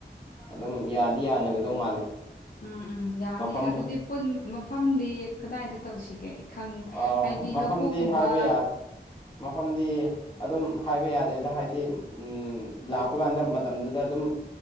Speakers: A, on the left (about 30°); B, on the left (about 55°).
A: ꯑꯗꯨꯝ ꯌꯥꯗꯤ ꯌꯥꯅꯒꯗꯧ ꯃꯥꯜꯂꯦ
B: ꯎꯝ ꯎꯝ ꯌꯥꯅꯤ
A: ꯃꯐꯝ
B: ꯑꯗꯨꯗꯤ ꯄꯨꯟ ꯃꯐꯝꯗꯤ ꯀꯗꯥꯏꯗ ꯇꯧꯁꯤꯒꯦ ꯈꯪ
A: ꯑꯥ
B: ꯍꯥꯏꯗꯤ
A: ꯃꯐꯝꯗꯤ
B: ꯂꯧꯕꯨꯛꯀꯨꯝꯕ
A: ꯍꯥꯏꯕ ꯌꯥꯗꯦ ꯃꯐꯝꯗꯤ ꯑꯗꯨꯝ ꯍꯥꯏꯕ ꯌꯥꯗꯦꯗ ꯍꯥꯏꯗꯤ ꯎꯝ ꯂꯥꯛꯄ ꯀꯥꯟꯗ ꯃꯇꯝꯗꯨꯗ ꯑꯗꯨꯝ